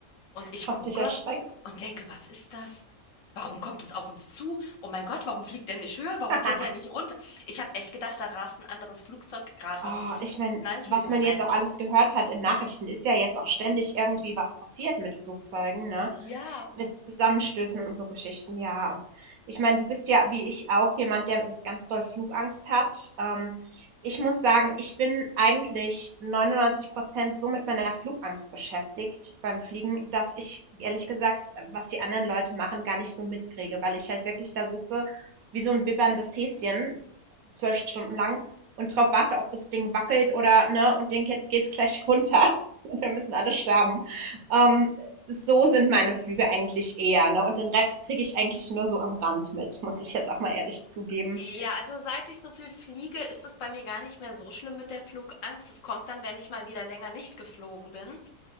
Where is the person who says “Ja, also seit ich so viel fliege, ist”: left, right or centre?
Left